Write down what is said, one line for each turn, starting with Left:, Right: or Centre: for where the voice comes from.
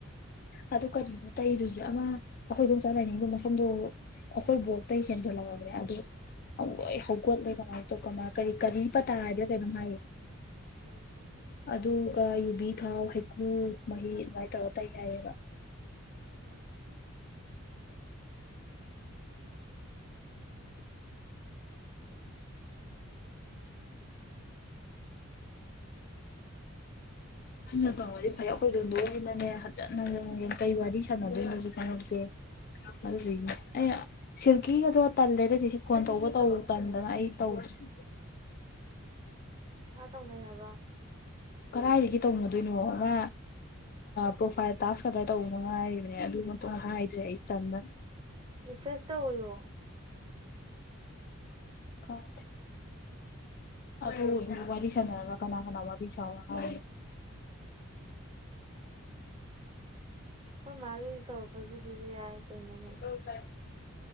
Left: ꯑꯗꯨ ꯀꯔꯤꯅꯣ ꯇꯩꯗꯨꯣꯏꯁ ꯑꯃ ꯑꯩꯈꯣꯏꯗꯣꯝ ꯆꯠꯂꯅꯤꯡꯗꯨꯝ ꯃ ꯁꯝꯗꯣ ꯑꯩꯈꯣꯏ ꯕꯣꯛꯇꯩ ꯍꯦꯟ ꯍꯦꯟꯖꯤꯟ ꯂꯧꯔꯥꯃꯦ ꯑꯗꯨ ꯍꯣꯏ ꯍꯧꯒꯠꯗꯦ ꯀꯃꯥꯏꯅ ꯇꯧ ꯀꯃꯥꯏ ꯀꯔꯤ ꯀꯔꯤ ꯄꯇꯥ ꯍꯥꯏꯗ ꯀꯩꯅꯣ ꯍꯥꯏꯌꯦ
Right: ꯎꯝ
Left: ꯑꯗꯨꯒ ꯌꯨꯕꯤ ꯊꯥꯎ ꯍꯩꯀ꯭ꯔꯨ ꯃꯍꯤ ꯑꯗꯨꯃꯥꯏꯅ ꯇꯧꯔ ꯇꯩ ꯍꯥꯏꯏꯑꯕ
Right: ꯎꯝ
Left: ꯅꯪꯟꯅ ꯇꯧꯔꯗꯤ ꯐꯩ ꯑꯩꯈꯣꯏ ꯂꯣꯟꯗꯣꯛꯏꯁꯤꯅꯅꯦ ꯐꯖꯅ ꯀꯩ ꯋꯥꯔꯤ ꯁꯥꯟꯅꯗꯣꯏꯅꯣꯁꯨ ꯀꯩꯅꯧꯗꯦ <unintelligible> ꯁꯤꯜꯀꯤꯒꯗꯣ ꯇꯜꯂꯦꯗ ꯆꯤꯆꯦ ꯀꯣꯟ ꯇꯧꯕ ꯇꯧ ꯇꯟꯗꯅ ꯑꯩ ꯇꯧꯗ꯭ꯔꯔꯤ
Right: ꯃꯥ ꯇꯧꯅꯩ ꯍꯥꯏꯕ꯭ꯔꯣ
Left: ꯀꯗꯥꯏꯗꯒꯤ ꯇꯧꯅꯗꯣꯏꯅꯣ ꯑꯃ ꯄ꯭ꯔꯣꯐꯥꯏꯜ ꯇꯥꯛꯁ ꯈꯛꯇ ꯇꯧꯕ ꯉꯥꯏꯔꯤꯕꯅꯦ ꯑꯗꯨꯃꯇ ꯍꯥꯏꯗ꯭ꯔꯦ ꯑꯩ ꯏꯇꯝꯗ
Right: ꯔꯤꯐ꯭ꯔꯦꯁ ꯇꯧꯕꯣ
Left: <unintelligible> ꯑꯗꯨ ꯋꯥꯔꯤ ꯁꯥꯟꯅꯔꯒ ꯀꯅꯥ ꯀꯅꯥ ꯋꯥꯔꯤ ꯁꯥ ꯍꯥꯏꯦ
Right: ꯑꯩꯈꯣꯏ ꯃꯥꯒꯤ ꯇꯧꯔꯛꯄꯁꯤꯗꯗꯤ ꯌꯥꯏ ꯀꯩꯅꯣꯅꯦ
Left: <unintelligible>